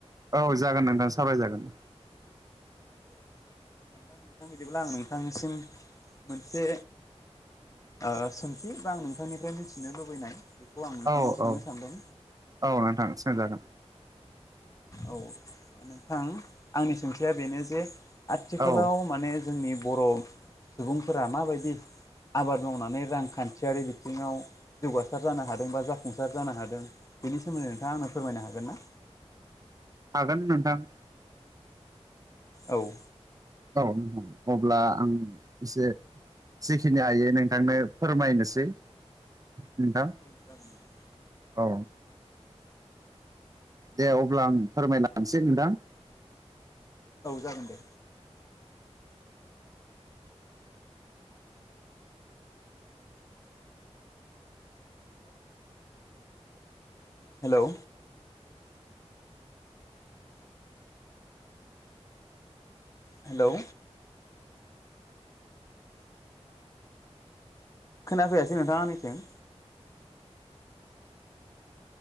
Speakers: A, on the right (about 30°); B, on the left (about 30°).
A: औ जागोन नोंथां सावराय जागोन
B: औ दा नोंथां बिदिब्ला आं नोंथांनिसिम मोनसे ओ सोंथि बा आं नोंथांनिफ्राय मिथिनो लुबैनाय आं नोंथांनाव
A: औ
B: सोंनो
A: औ
B: सानदों
A: औ नोंथां सोंजागोन
B: औ नोंथां आंनि सोंथिया बेनो जे आथिखालाव
A: औ
B: माने जोंनि बर' सुबुंफोरा माबायदि आबाद मावनानै रांखान्थियारि बिथिङाव जौगासार जानो हादों बा जाफुंसार जानो हादों बेनि सोमोन्दै नोंथाङा आंनो फोरमायनो हागोन ना
A: हागोन नोंथां
B: औ
A: औ नोंथां अब्ला आं इसे जिखिनि हायो नोंथांनो फोरमायनोसै नोंथां
B: औ जागोन नोंथां
A: औ दे अब्ला आं फोरमायनासै नोंथां
B: औ जागोन दे हेलौ हेलौ खोनाफैयाासै नोंथां आंनिथिं